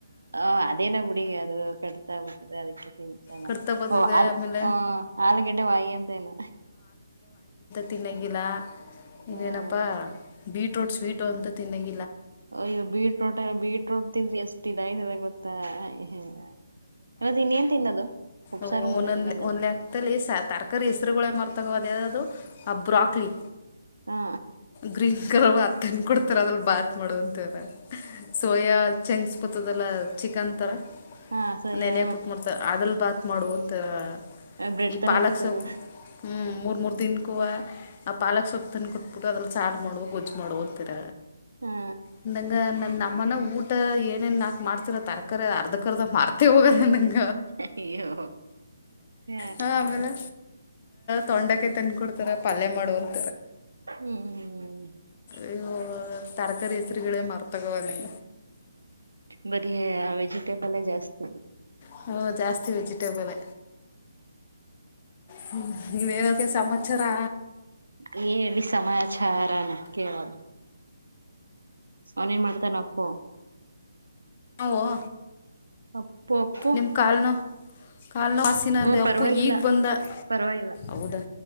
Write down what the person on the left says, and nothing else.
ಕಡ್ತ ಬರ್ತದೆ
ಆಮೇಲೆ
ತಿನ್ನಗಿಲ್ಲ ಇನ್ನೇನಪ್ಪ
ಬೀಟರೂಟ್ ಸ್ವೀಟ್ ಅಂತ್ ತಿನ್ನಗ
ಓ
ನಂದ
ಒಂದ್ಲೆಕ್ದಲ್ಲಿ ಹೆಸ್ ತರ್ಕಾರಿ ಹೆಸ್ರುಗಳೇ ಮರ್ತೋಗವದ ಅದು ಆ ಬ್ರಾಕ್ಲಿ.
ಗ್ರೀನ್ ಕಲರ್ ಆದ ತಂದ ಕೊಡ್ತಾರ ಅದ್ರಲ್ ಬಾತ್ ಮಾಡುವಂತದ ಸೋಯಾ ಚೆಂಗಸ್ ಇರ್ತದಲ್ಲ ಚಿಕನ್ ತರ
ನೆನ್ಯ ಹಾಕ್ಬುಟ್ಟ ಮಾಡತ ಅದಲ್ ಬಾತ್ ಮಾಡುವ ಅಂತರ
ಈ
ಪಾಲಕ್
ಸೊಪ್ಪ ಹ್ಮ್ ಮೂರ್ ಮೂರ್ ದೀನ್ಕ್ಕೂವೆ ಆ ಪಾಲಕ್ ಸೊಪ್ಪ ತಂದ ಕೊಟ್ಟ ಕೊಟ್ಟಬಿಟ್ಟು ಅದ್ರಲ್ಲಿ ಸಾರ್ ಮಾಡು ಗೊಜ್ಜ ಮಾಡು ಅಂತರ
ಅಂದಂಗ್ ಅಮ್ಮನ ಊಟ ಏನೇನ್ ನಾಕಕ್ ಮಾಡ್ತಿರ ತರಕಾರಿ ಅರ್ಧಕರ್ದ ಮಾರ್ತಿ ಹೋಗ ನಗೆ
ಹ ಆಮೇಲೆ ತೊಂಡಕಾಯಿ ತಂದ ಕೊಡ್ತಾರ ಪಲ್ಯ ಮಾಡುವಂತ
ಅಯ್ಯೋ ತರಕಾರಿ ಎಚ್ಚರಿಕಳಿ ಮರ್ತಕನ್ನ
ಹ ಜಾಸ್ತಿ ವೆಜಿಟೇಬಲ್ ಹ್ಮ್ ಇನ್ನೇನೋಕೆ ಸಂವತ್ಸರಾ
ವಾ
ನಿಮ್ ಕಾಲ್ನು ಕಾಲ್ನ ವಾಸಿನ
ಅಂದ ಅಪ್ಪು
ಈಗ ಬಂದ
ಹೌದಾ